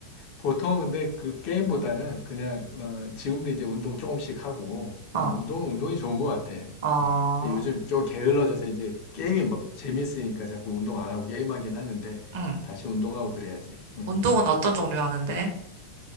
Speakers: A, on the left; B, on the right.
A: 보통 근데 그 게임보다는 그냥 어, 지금도 이제 운동 조금씩 하고 어,
B: 아,
A: 운동 운동이 좋은 것 같아. 음.
B: 아,
A: 근데 요즘 좀 게을러져서 이제 게임이 뭐 재밌으니까 자꾸 운동 안 하고 게임하긴 하는데
B: 응.
A: 다시 운동하고 그래야지. 음.
B: 운동은 어떤 종류 하는데?